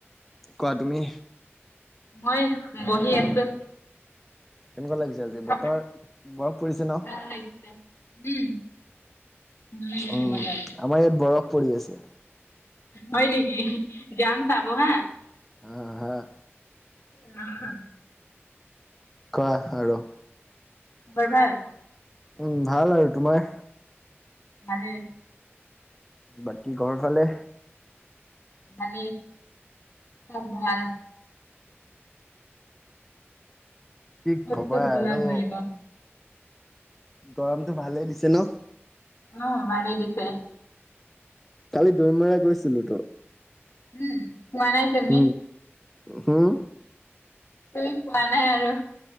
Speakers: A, in the centre; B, on the left.
A: কোৱা তুমি?
B: মই বহি আছো।
A: কেনেকুৱা লাগিছে আজি
B: খবৰ
A: বতৰ বৰফ পৰিছে ন।
B: ভাল লাগিছে। উম' ভাল লাগিছে
A: উম'
B: বতৰ।
A: আমাৰ ইয়াত বৰফ পৰি আছে।
B: হয় নেকি? যাম চাব হাঁ।
A: অঁ' হাঁ।
B: নাহা-
A: কোৱা আৰু।
B: খবৰ ভাল?
A: উম' ভাল আৰু তোমাৰ?
B: ভালেই।
A: বাকী ঘৰ ফালে-
B: ভালেই, চব ভাল।
A: কি
B: ক'ত
A: কবা
B: ক'ত গ'লা
A: আৰু।
B: ঘূৰিব?
A: গৰমটো ভালেই দিছে ন?
B: অঁ' ভালে দিছে।
A: কালি দৈমৰা গৈছিলো তো।
B: উম যোৱা নাই তুমি
A: উম হম
B: সেই পোৱা নাই আৰু